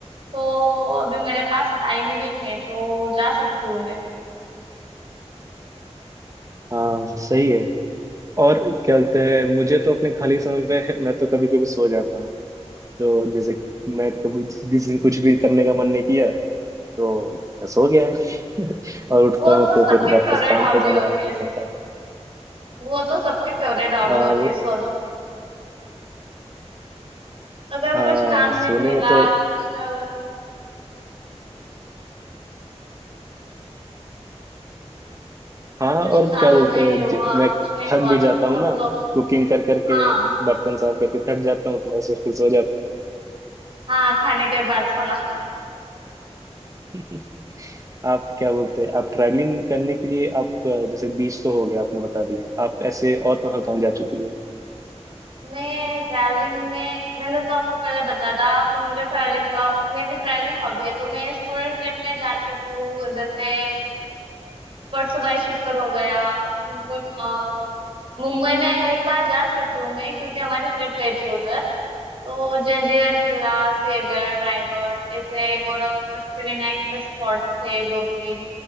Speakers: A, on the right (about 50°); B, on the right (about 30°).
A: तो अभी मेरे पास टाइम भी है तो जा सकती हूँ मैं
B: हाँ सही है और क्या बोलते हैं मुझे तो अपने खाली समय पे <laughs> मैं तो कभी कभी सो जाता हूँ तो जैसे मैं कभी जिस दिन कुछ भी करने का मन नहीं किया तो बस हो गया है <laughs> और उठता
A: वो
B: हूँ
A: तो
B: तो
A: सबकी
B: फिर वापस
A: फेवरेट
B: काम
A: हॉबी
B: पे जाना
A: होती है
B: होता है
A: वो तो सबकी फेवरेट हॉबी
B: आ,
A: होती
B: वो
A: है सोना अगर
B: हाँ
A: कुछ काम
B: सोने
A: नहीं मिला
B: में तो
A: कुछ अ,
B: हाँ
A: कुछ
B: और
A: काम
B: क्या बोलते
A: नहीं
B: हैं
A: हुआ
B: ज-
A: कुछ
B: मैं
A: नहीं हुआ
B: थक भी
A: तो
B: जाता
A: सब
B: हूँ ना
A: लोग
B: कुकिंग कर करके
A: हाँ
B: बर्तन साफ करके थक जाता हूँ तो बस फिर सो जाता हूँ
A: हाँ खाने के बाद सोना
B: <laughs> आप क्या बोलते हैं आप ट्रैवलिंग करने के लिए आप अ, जैसे बीच तो हो गया आपने बता दिया आप ऐसे और कहाँ कहाँ जा चुकी है
A: मैं ट्रैवलिंग में मैंने तो आपको पहले बता था कि मुझे ट्रैवलिंग का मेरी ट्रैवलिंग हॉबी है तो मैं स्कूल ट्रिप में जा चुकी हूँ जैसे अ, परसों बाई शिखर हो गया गु- अ, मुंबई में एक बार जा चुकी हूँ मैं क्योंकि हमारी ट्रिप गई थी उधर तो जंजीरा किला सिंहगढ़ रायगढ़ ऐसे और अष्टविनायक के स्पॉट थे दो तीन